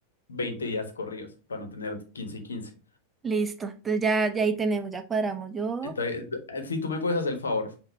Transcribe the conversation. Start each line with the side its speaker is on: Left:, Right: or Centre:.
Left: 20 días corridos, para no tener 15 y quince
Right: listo. Entonces ya, ya ahí tenemos, ya cuadramos. Yo,
Left: Entonces, eh, si tú me puedes hacer el favor,